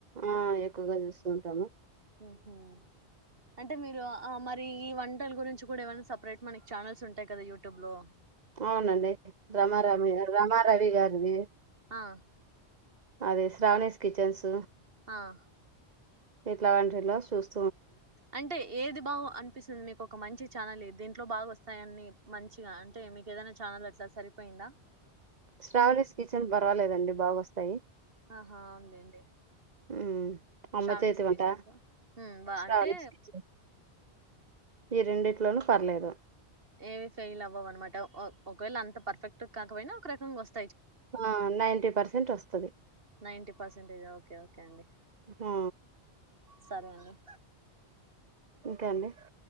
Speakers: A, on the right; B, on the right.
A: ఆ, ఎక్కువగా జూస్తూ ఉంటాము.
B: మ్ హు అంటే, మీరు ఆ మరి. మరి ఈ వంటల గురించి గూడా, ఏవన్నా సపరేట్ మనకి ఛానల్స్ ఉంటాయి కదా యూట్యూబ్‌లో.
A: అవునండి, రమారమ రమ రవి గారిది.
B: ఆ
A: అదే, శ్రావణీస్ కిచెన్స్.
B: అహా.
A: ఎట్లా అంటే, ఎట్లా చూస్.
B: అంటే ఏది బాగు అనిపిస్తది మీకు, ఒక మంచి ఛానల్, దీంట్లో బాగా వస్తాయని మంచిగా అంటే, మీకు ఏదైనా ఛానల్ అట్లా సరిపోయిందా?
A: శ్రావణీస్ కిచెన్స్ పర్వాలేదండి, బాగా వస్తాయి.
B: ఆహా, అవునులెండి.
A: ఉమ్ అమ్మ
B: శ్రావణిస్
A: చేతి
B: కిచెన్స్
A: వంట
B: ఆ
A: శ్రావణీస్
B: అంటే.
A: కిచెన్ ఈ రెండిట్లోనూ పర్లేదు.
B: ఏవి ఫెయిల్ అవ్వవు అనమాట. ఒ ఒకవేళ అంత పర్ఫెక్ట్ కాకపోయినా, ఒక రకంగా వస్
A: ఆ, నైంటీ పర్సెంట్ వస్తాది.
B: నైన్టీ పర్సెంట్ జా ఓకే ఓకే అండి,
A: ఆ
B: సరే అండి. టర్, టర్, ఒయు.
A: ఇంకా, అండి?